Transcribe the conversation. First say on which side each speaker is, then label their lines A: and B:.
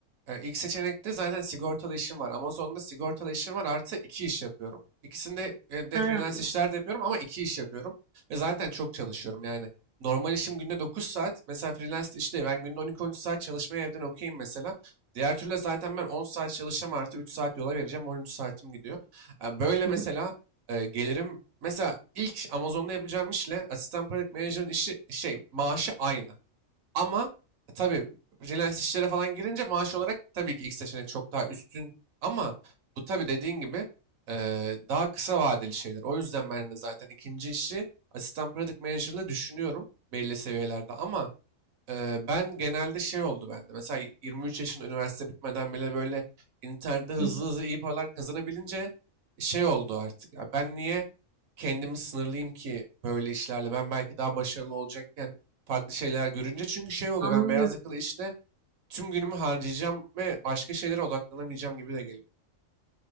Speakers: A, on the right; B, on the right.
A: E, İlk seçenekte zaten sigortalı işim var. Amazon'da sigortalı işim var artı iki iş yapıyorum. İkisinde e, bir de
B: Ha.
A: freelance işler de yapıyorum ama iki iş yapıyorum. Ve zaten çok çalışıyorum yani. Normal işim günde 9 saat. Mesela freelance işte ben günde 12 üç saat çalışmaya evden okeyim mesela. Diğer türlü zaten ben 10 saat çalışacağım artı 3 saat yola vereceğim. 13 saatim gidiyor. E, Böyle
B: Hı.
A: mesela e, gelirim. Mesela ilk Amazon'da yapacağım işle asistan product manager'ın işi şey maaşı aynı. Ama e, tabii freelance işlere falan girince maaş olarak tabii ki ilk seçenek çok daha üstün. Ama bu tabii dediğin gibi eee, daha kısa vadeli şeyler. O yüzden ben de zaten ikinci işi asistan product manager'la düşünüyorum belli seviyelerde. Ama Eee, ben genelde şey oldu bende. Mesela y- 23 yaşın üniversite bitmeden bile böyle internette hızlı
B: Hı.
A: hızlı iyi paralar kazanabilince şey oldu artık. Ya ben niye kendimi sınırlayayım ki böyle işlerle? Ben belki daha başarılı olacakken farklı şeyler görünce çünkü şey oluyor.
B: Anlıyorum.
A: Ben beyaz yakalı işte tüm günümü harcayacağım ve başka şeylere odaklanamayacağım gibi de geliyor.